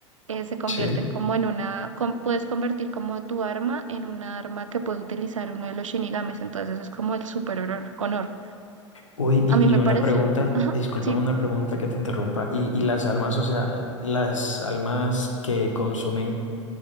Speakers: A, on the right (about 80°); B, on the left (about 80°).
A: eh, se convierten
B: sí.
A: como en una, con- puedes convertir como tu arma en una arma que puede utilizar uno de los shinigames entonces eso es como el super honor honor.
B: Uy,
A: A
B: y,
A: mí me
B: y una
A: pareció,
B: pregunta,
A: ajá,
B: discúlpame
A: sí.
B: una pregunta que te interrumpa. Y, y las almas, o sea, las almas que consumen,